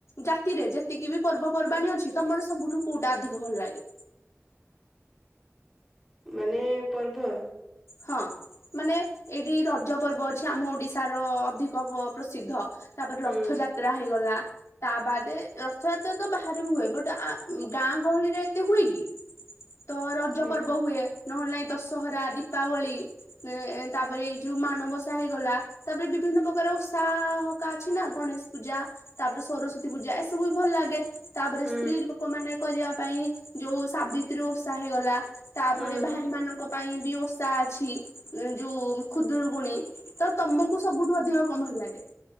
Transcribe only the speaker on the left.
ଜାତିରେ ଯେତିକି ବି ପର୍ବପର୍ବାଣୀ ଅଛି ତମର ସବୁଠୁ କୋଉଟା ଅଧିକ ଭଲ ଲାଗେ?
ହଁ ମାନେ ଏଇଠି ରଜ ପର୍ବ ଅଛି ଆମ ଓଡିଶାର ଅଧିକ ପ ପ୍ରସିଦ୍ଧ। ତାପରେ
ରଥ ଯାତ୍ରା ହେଇଗଲା। ତା ବାଦେ ରଥଯାତ୍ରା ତ ବାହାରେବି ହୁଏ। ବାଟ୍ ଆ ଗାଁ ଗହଳିରେ ଏତେ ହୁଏ କି? ତ ରଜ
ପର୍ବ ହୁଏ। ନ ହେଲେ ନାଇଁ ଦଶହରା ଆଦି ଦୀପାବଳି ଏ ତାପରେ ଏଇ ଯୋଉ ମାଣବସା ହେଇଗଲା। ତାପରେ ବିଭିନ୍ନ ପ୍ରକାର ଓଷା ହକା ଅଛି ନା ଗଣେଶ ପୂଜା ତାପରେ ସରସ୍ଵତୀ ପୂଜା ଏସବୁ ବି ଭଲ ଲାଗେ ତାପରେ
ସ୍ତ୍ରୀ ଲୋକ ମାନେ କରିବା ପାଇଁ ଯୋଉ ସାବିତ୍ରୀ ଓଷା ହେଇଗଲା। ତାପରେ
ଭାଇମାନାନଙ୍କ ପାଇଁ ବି ଓ ତା ଅଛି ଯୋଉ ଖୁଦରୁକୁଣି ତ ତମକୁ ସବୁଠୁ ଅଧିକ, କଣ ଭଲ ଲାଗେ?